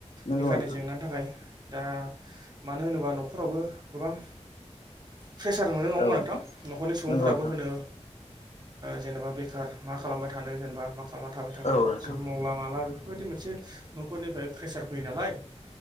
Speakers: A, on the left; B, on the right.
A: नंगौ
B: बेखारनि
A: नोंथां
B: जेंनानि थाखाय दा मानो होनोबा न'खरावबो गोबां प्रेसार मोनो नङाोन
A: औ
B: नोंथां न'खरनि सुबुंफ्राबो
A: नंगौ नोंथां
B: होनो जेनेबा बेखार मा खालामबाय थानो जेनेबा मा खालामना थाबाय थाखो
A: औ नोंथां औ नोंथां
B: जेबो मावला माला बेफोरबायदि मोनसे न'फोरनिफ्राय प्रेसार फैयो नालाय